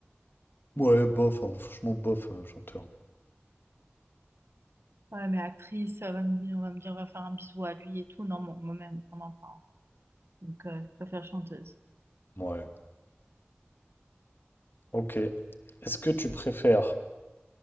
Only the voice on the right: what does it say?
Ouais, mais actrice, on va me dire, on va me dire, on va faire un bisou à lui et tout. Non, moi- moi-même, on en prend. Donc, euh, je préfère chanteuse.